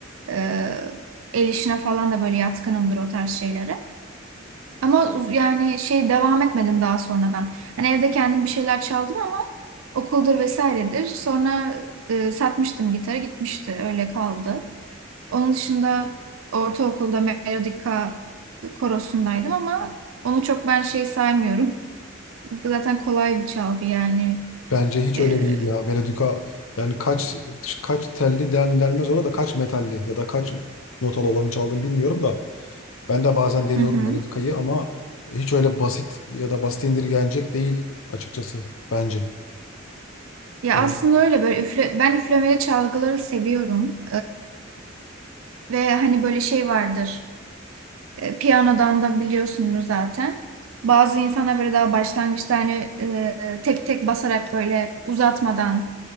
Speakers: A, on the right (about 90°); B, on the left (about 80°).
A: Ee, el işine falan da böyle yatkınımdır o tarz şeylere. Ama uz- yani şey devam etmedim daha sonradan. Hani evde kendim bir şeyler çaldım ama okuldur vesairedir. Sonra e, satmıştım gitarı gitmişti öyle kaldı. Onun dışında ortaokulda melodika korosundaydım ama onu çok ben şey saymıyorum. <laughs> Zaten kolay bir çalgı yani.
B: Bence hiç
A: Ee,
B: öyle değil ya. Melodika yani kaç kaç telli den, denmez ona da kaç metalli ya da kaç notalı olanı çaldığını bilmiyorum da. Ben de bazen deniyorum
A: hı hı.
B: melodikayı ama hiç öyle basit ya da basit indirgenecek değil açıkçası bence.
A: Ya
B: Yani
A: aslında öyle böyle üfle, ben üflemeli çalgıları seviyorum. Ve hani böyle şey vardır. e, piyanodan da biliyorsundur zaten. Bazı insanlar böyle daha başlangıçta hani e, tek tek basarak böyle uzatmadan